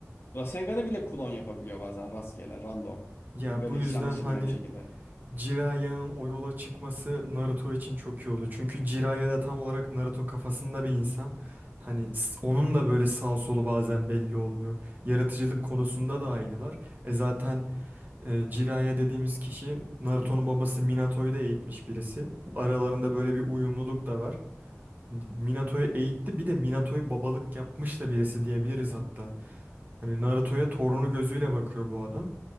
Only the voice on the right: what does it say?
Ya
bu yüzden
hani
Jiraiya o yola çıkması Naruto için çok iyi oldu. Çünkü Jiraiya da tam olarak Naruto kafasında bir insan. Hani s- onun da böyle sağ solu bazen belli olmuyor. Yaratıcılık konusunda da aynılar. E zaten e, Jiraiya dediğimiz kişi Naruto'nun babası Minato'yu da eğitmiş birisi. Bu Aralarında böyle bir uyumluluk da var. Minato'yu eğitti bir de Minato'yu babalık yapmış da birisi diyebiliriz hatta. Hani Naruto'ya torunu gözüyle bakıyor bu adam.